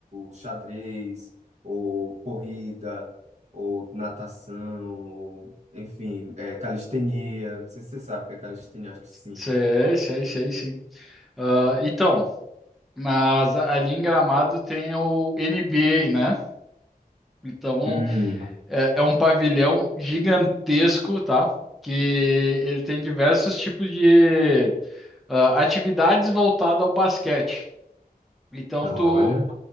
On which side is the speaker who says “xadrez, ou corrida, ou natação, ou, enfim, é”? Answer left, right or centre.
Right